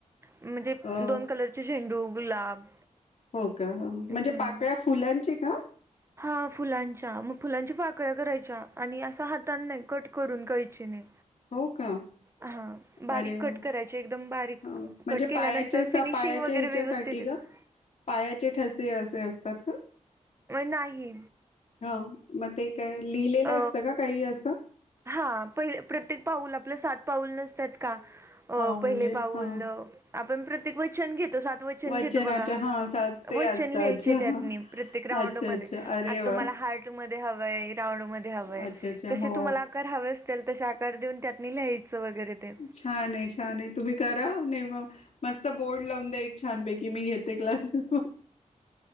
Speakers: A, on the right; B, on the left.
A: म्हणजे
B: अ
A: दोन कलरचे झेंडू गुलाब
B: हो का म्हणजे
A: हम्म
B: पाकळ्या फुलांची का
A: हा फुलांच्या मग फुलांच्या पाकळ्या करायच्या आणि असा हाताने न्हय कट करून कैचीने
B: हो का
A: हा बारीक
B: अरे वा
A: कट करायचे एकदम बारीक
B: म्हणजे
A: कट केल्यानंतर
B: पायाच्यास
A: फिनिशिंग
B: पायाच्या
A: वगैरे
B: ह्याच्यासाठी
A: व्यवस्थित येत
B: पायाचे ठसे असे असतात का
A: वण नाही
B: हा मग ते काय लिहिलेलं
A: अ
B: असतं का काही असं
A: हा पहि प्रत्येक पाऊल आपलं सात पाऊल नसत्यात का अ
B: हा म्हणजे
A: पहिले पाऊल
B: हा
A: आपण प्रत्येक वचन घेतो सात वचन
B: वचनाच्या
A: घेतो बघा
B: हा सात ते
A: वचन
B: असतं
A: लिहायचे
B: अच्छा
A: त्यातनी
B: हा
A: प्रत्येक राऊंड
B: अच्छा
A: मध्ये
B: अच्छा अरे
A: आता
B: वा
A: तुम्हाला हार्टमध्ये मध्ये हवय राऊंड मध्ये हवय
B: अच्छा अच्छा
A: कशे
B: हो
A: तुम्हाला आकार हवे असत्याल तसे आकार देऊन त्त्यातनी लिहायचं वगैरे ते
B: छान अय छान अय तुम्ही करा नी मग मस्त बोर्ड लावून द्या एक छानपैकी मी घेते क्लासेस